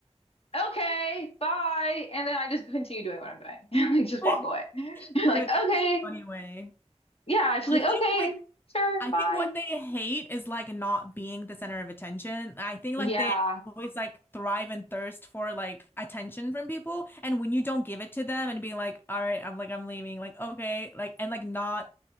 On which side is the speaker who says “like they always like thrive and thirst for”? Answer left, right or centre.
Left